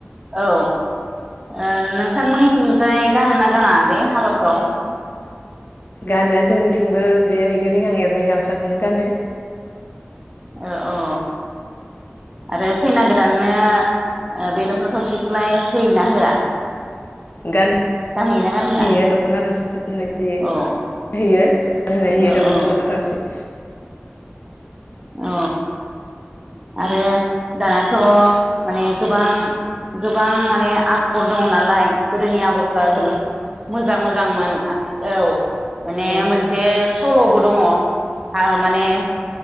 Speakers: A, on the right; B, on the left.
A: औ ओ नोंथां मोननिथिंजाय गानो ना गाना आगै हाबाफ्राव
B: गानो जोंनिथिंबो बे रिगि रिगां एरनाय गामसाखौनो गानो
A: ओ औ आरो खैना गोदाननो ओ बे दख'ना थावसिखौलाय होयोना होआ
B: गान
A: गानहोयोना गानहोआ
B: होयो दख'ना थावसि होनाय जायो
A: औ
B: होयो होनाय
A: औ
B: जायो
A: औ
B: दख'ना थावसि
A: अ आरो दानाथ' माने गोबां गोबां माने आगर दङ नालाय गोदोनियाव आगरफ्रा जोबोद
B: औ
A: मोज मोजां मोजांमोन आथि औ माने
B: औ
A: मोनसे स सल'बो दङ आ माने
B: औ